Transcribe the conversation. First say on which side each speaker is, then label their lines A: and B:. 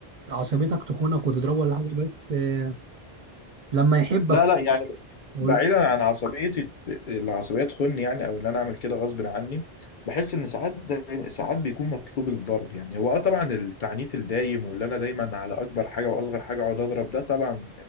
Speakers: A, on the right; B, on the left.
A: عصبيتك تخونك وتضربه ولا حاجه بس آه، لما يحبك
B: لا لا يعني
A: اقول
B: بعيدا عن عصبيتي العصبيه تخني يعني او ان انا اعمل كده غصب عني بحس ان ساعات دايما ساعات بيكون مطلوب الضرب يعني هو اه طبعا التعنيف الدايم واللي انا دايما على اكبر حاجه واصغر حاجه اقعد اضرب ده طبعا